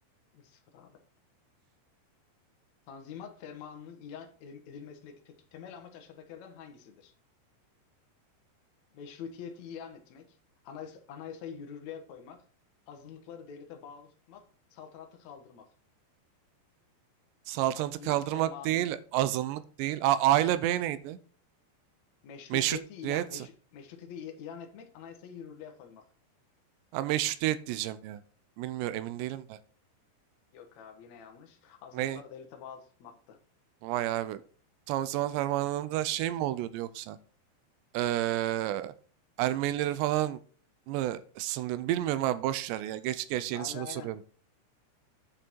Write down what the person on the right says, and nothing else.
Saltanatı
kaldırmak
değil, azınlık değil. A, A ile B neydi?
Meşrutiyet.
Ha, meşrutiyet diyeceğim ya. Bilmiyorum, emin değilim de.
Ne?
Vay abi. Tam zaman fermanında şey mi oluyordu yoksa? Ee, Ermenileri falan mı sınırlıyordu? Bilmiyorum abi, boş ver ya. Geç geç,
yeni soru
soruyorum.